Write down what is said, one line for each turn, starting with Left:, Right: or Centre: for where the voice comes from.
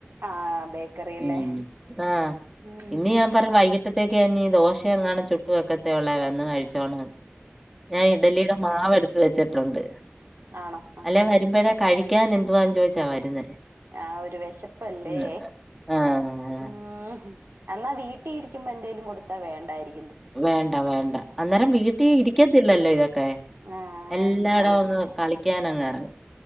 Right: ആഹ് ബേക്കറിയല്ലേ
Centre: ഉ ആഹ്
Right: ഉം
Centre: ഇന്ന്
Right: ഉം
Centre: ഞാൻ പറഞ്ഞു വൈകി ഇന്നത്തേക്ക് ഇനി ദോശ എങ്ങാനും ചുട്ടും വെക്കത്തെ ഉള്ളൂ വന്ന് കഴിച്ചോണം. ഞാൻ ഇഡലിയുടെ മാവെടുത്ത് വെച്ചി ഉണ്ട്
Right: ആണോ ആഹാ
Centre: അല്ല വരുമ്പോഴേ കഴി ക്കാൻ എന്തുവാന്ന് ചോദിച്ച വരുന്നേ
Right: ആ ഒരു വിശപ്പ് അല്ലേ
Centre: ഉം. ആഹ്.
Right: ഉ എന്നാ വീ വീട്ടിലിരിക്കുമ്പോൾ എന്തേലും കൊടുത്ത വേണ്ടായിരി
Centre: വേണ്ട വേണ്ട അന്നേരം വീട്ടിൽ ഇരിക്കത്തില്ല ലല്ലോ <unintelligible> എ
Right: ആഹ്
Centre: എല്ലായിടം
Right: കളി
Centre: അങ്ങ് കളിക്കാൻ അങ്ങ ഇറങ്ങും